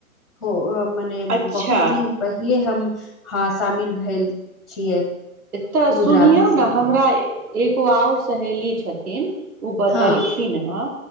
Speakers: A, in the centre; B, on the right (about 80°).
A: हो मने
B: अच्छा
A: बहुत दिन पहिले हम <inaudible> हँ शामिल भेल छियै
B: तऽ सुनियौ
A: रुद्राभिषेक
B: ने हमरा
A: मे
B: एगो आउर सहेली छथिन ओ बतलखिन
A: हँ
B: ह